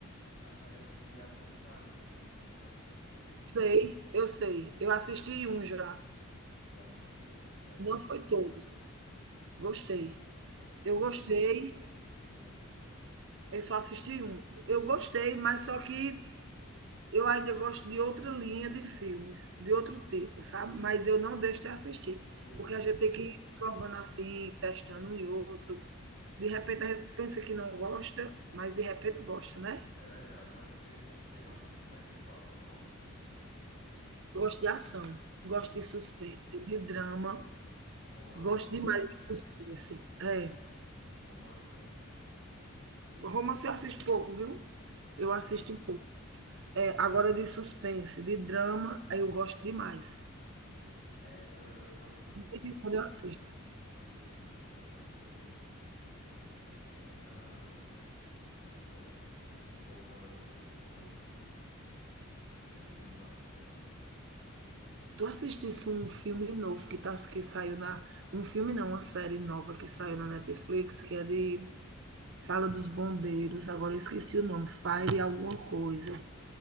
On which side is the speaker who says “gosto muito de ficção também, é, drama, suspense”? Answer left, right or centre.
Left